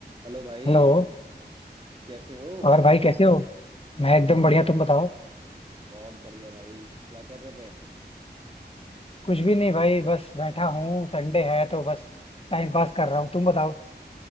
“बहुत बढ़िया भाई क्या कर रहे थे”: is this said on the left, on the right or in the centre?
Right